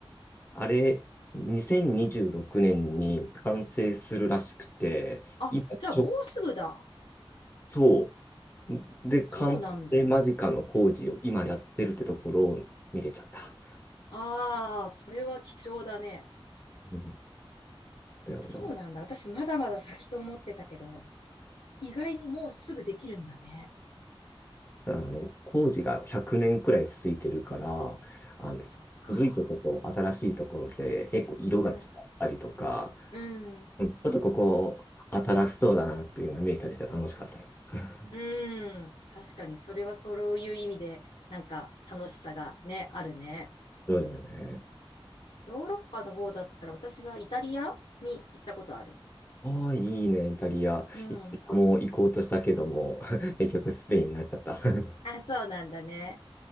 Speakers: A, on the left (about 20°); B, on the left (about 90°).
A: あれ、2026年にじゅうろくねんに完成するらしくて、
B: あ、
A: 今ちょ、
B: じゃあもうすぐだ。
A: そう。で、
B: そうなんだ。
A: 完成間近の工事を今やってるってところを見れちゃった。
B: ああ、それは貴重だね。
A: うんだよね。
B: そうなんだ。私まだまだ先と思ってたけど、意外にもうすぐできるんだね。
A: だからあの、工事が100年くねんくらい続いてるから、あの、
B: そっか。
A: 古いとこと新しいところで結構色が違ったりとか、
B: うん。うん。
A: うん、ちょっとここ新しそうだなっていうの見えたりして楽しかったよ。<laughs>
B: うん。確かに、それはそういう意味で、なんか楽しさがね、あるね。
A: そうだよね。
B: ヨーロッパの方だったら私はイタリアに行ったことある。
A: ああ、いいね、イタリア。
B: うん。
A: イタリアも行こうとしたけども、<laughs> 結局スペインになっちゃった。<laughs>
B: あ、そうなんだね。